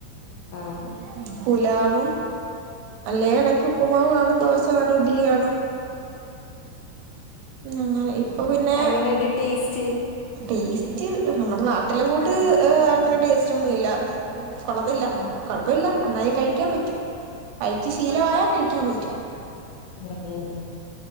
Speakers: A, on the right; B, on the left.
A: <unintelligible>
B: ആഹ്
A: പുലാവും അല്ലേഇടക്ക് ഉപ്പുമാവ്കാണും ദോശകാണും ഇഡ്ഡലികാണും. ഉംഅങ്ങനെ ഇപ്പൊപിന്നെ
B: എങ്ങനെയുണ്ട് ടേസ്റ്റ്
A: ടേസ്റ്റ്ന്നമ്മുടെ നാട്ടിലെ കൂട്ട്അങ്ങനെ ടേസ്റ്റൊന്നുല്ല. കുളത്തില്ല
B: ആഹ്
A: കുഴപ്പല്ലഎന്നാലും കഴിക്കാൻ പറ്റും കഴിച്ച്ശീലമായാൽ കഴിക്കാൻ പറ്റും. <inaudible>
B: അങ്ങനെ ഉം, ഉം